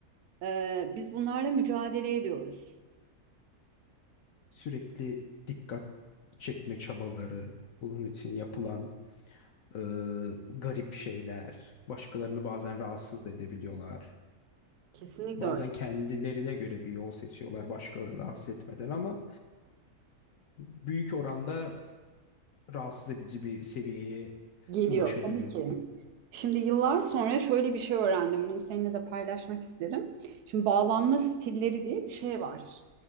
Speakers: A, on the right (about 90°); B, on the left (about 65°).
A: ee, biz bunlarla mücadele ediyoruz.
B: Sürekli dikkat çekme çabaları, bunun için yapılan Ee, garip şeyler. Başkalarını bazen rahatsız da edebiliyorlar.
A: Kesinlikle
B: Bazen
A: öyle.
B: kendilerine göre bir yol seçiyorlar başkalarını rahatsız etmeden ama büyük oranda rahatsız edici bir seviyeye
A: Geliyor
B: ulaşabiliyor
A: tabii ki.
B: bu durum.
A: Şimdi yıllar sonra şöyle bir şey öğrendim. Bunu seninle de paylaşmak isterim. Şimdi bağlanma stilleri diye bir şey var.